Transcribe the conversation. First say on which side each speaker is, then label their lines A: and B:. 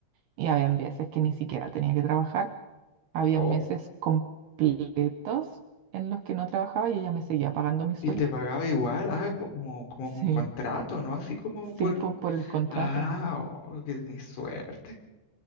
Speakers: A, on the right (about 70°); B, on the left (about 70°).
A: Y había veces que ni siquiera tenía que trabajar Había
B: Oh.
A: meses completos en los que no trabajaba y ella me seguía pagando mi sueldo.
B: Y te pagaba igual, ah, como, como
A: Sí,
B: con contrato, ¿no? Así como por
A: sí,
B: el...
A: pues por el contrato.
B: Ah, oh, que tenés suerte.